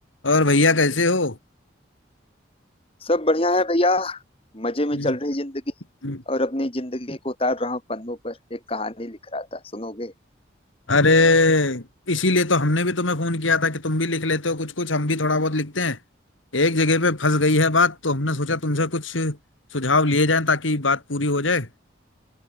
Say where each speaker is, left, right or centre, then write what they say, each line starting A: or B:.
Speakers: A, on the left; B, on the left.
A: और भैया कैसे हो
B: सब बढ़िया है भैया मजे में
A: हम्म,
B: चल रही जिंदगी
A: हम्म।
B: और अपनी जिंदगी को उतार रहा हूँ पन्नों पर एक कहानी लिख रहा था सुनोगे
A: अरे इसीलिए तो हमने भी तुम्हें फोन किया था कि तुम भी लिख लेते हो कुछ कुछ हम भी थोड़ा बहुत लिखते हैं एक जगह पे फंस गई है बात तो हमने सोचा तुमसे कुछ सुझाव लिए जाएं ताकि बात पूरी हो जाए